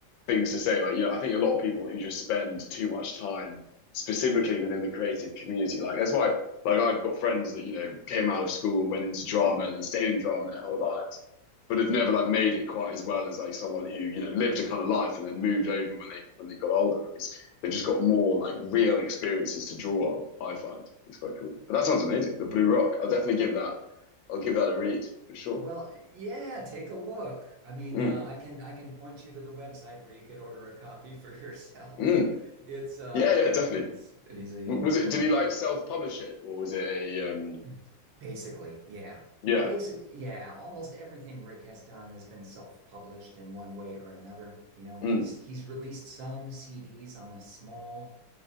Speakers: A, on the left; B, on the right.
A: things to say. Like, you know, I think a lot of people who just spend too much time specifically within the creative community, like that's why, like I've got friends that, you know, came out of school, went into drama and then stayed in drama their whole lives, but have never like made it quite as well as like someone who, you know, lived a kind of life and then moved over when they when they got older because they've just got more like real experiences to draw on. I find it's quite cool. But that sounds amazing. The Blue Rock. I'll definitely give that. I'll give that a read for sure.
B: well, yeah, take a look. I mean,
A: Mm,
B: uh, I can I can point you to the website where you could order a copy for yourself.
A: mm.
B: <laughs> It's uh
A: Yeah, yeah,
B: yeah,
A: definitely.
B: he's he's a unique
A: W- was it?
B: author.
A: Did he like self-publish it, or was it a? Um,
B: <clears throat> <laughs> Basically, yeah.
A: yeah.
B: Basically, yeah, almost everything Rick has done has been self-published in one way or another. You know, he's
A: Mm.
B: he's released some CDs on a small